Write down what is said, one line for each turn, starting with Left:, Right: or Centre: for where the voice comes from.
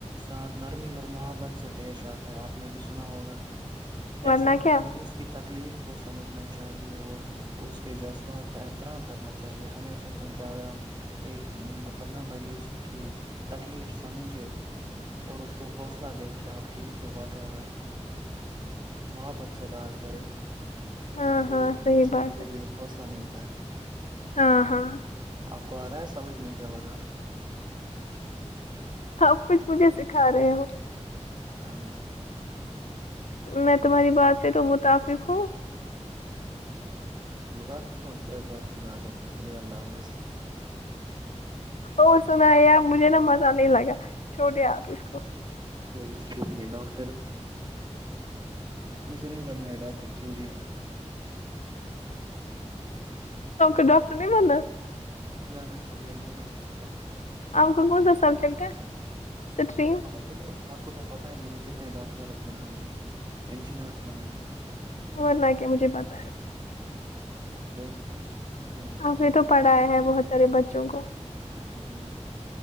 Right: ساتھ نرمی اور محبت سے پیش آتا ہے آپ نے بھی سنا ہوگا ایسے
Left: ورنہ کیا
Right: مریض کی تکلیف کو سمجھنا چاہیے اور اس کے جذبات کا احترام کرنا چاہیے ہمیشہ کیونکہ اگر ہم ایک مطلب نا مریض کی تکلیف سمجھے اور اس کو حوصلہ دے کہ آپ ٹھیک ہو وٹ ایور محبت سے بات کریں
Left: ہاں
Right: تو
Left: ہاں
Right: اس
Left: صحیح
Right: پیشنٹ
Left: بات
Right: کو بھی ایک حوصلہ ملتا ہے
Left: ہاں ہاں
Right: آپ کو آ رہا ہے سمجھ میں ہے کیا بتا رہا
Left: سب کچھ مجھے سکھا رہے ہو
Right: ہاں جی
Left: میں تمہاری بات سے تو متفق ہوں
Right: متافق ہوں پے تو اچھی بات ہے چلیے اللہ حافظ
Left: اور سنا آپ مجھے نا مزہ نہیں لگا چھوٹے آپ اس کو
Right: کوئی کوئی ڈاکٹر مجھے نہیں بنا ہے ڈاکٹر چوڑی
Left: تو آپ کو ڈاکٹر نہیں بنا
Right: نہ نہ چوڑیا مجھے نہیں بنا ہے ڈاکٹر
Left: آپ کو کون سا سبجیکٹ ہے سٹری
Right: آپ کو تو آپ کو تو پتاہ ہے میں نے کتنے ڈاکٹرس بنائے ہیں انجینئرس بنائیے
Left: اور نہ کیا مجھے بتایا
Right: اے ہاں جی ہاں جی بہت
Left: نے
Right: آپ
Left: پڑھایا
Right: بھی تو ہاں
Left: ہے بہت سارے بچوں کو
Right: جی ہاں جی